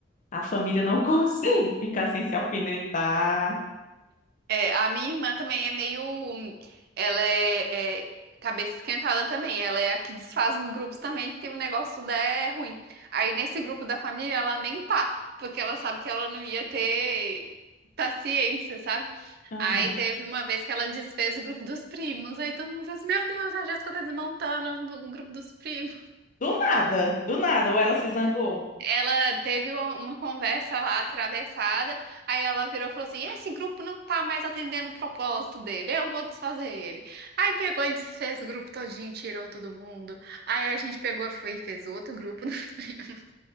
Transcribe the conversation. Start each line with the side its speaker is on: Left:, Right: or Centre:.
Left: A família não <laughs> consegue ficar sem se alfinetar.
Right: É, a minha irmã também é meio. Ela é, é cabeça esquentada também. Ela é a que desfaz os grupos também se o negócio der ruim. Aí nesse grupo da família ela nem tá, porque ela sabe que ela não ia ter paciência, sabe?
Left: Aham.
Right: Aí teve uma vez que ela desfez o grupo dos primos. Aí todo mundo fez: Meu Deus, a Jéssica tá desmontando o grupo dos primos.
Left: Do nada, do nada, ou ela se zangou.
Right: Ela teve uma uma conversa lá atravessada, aí ela virou e falou assim: Esse grupo não tá mais atendendo o propósito dele, eu vou desfazer ele. Aí pegou e desfez o grupo todinho, tirou todo mundo. Aí a gente pegou foi e fez outro grupo. <laughs>